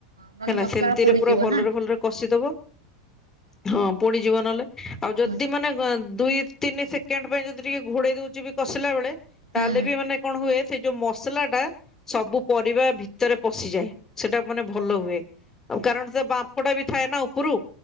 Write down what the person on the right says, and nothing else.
ନହେଲେ
ମସଲା
ପୋଡିଯିବ
ନା
ହୁଁ
ହୁଁ
ହୁଁ
ହଁ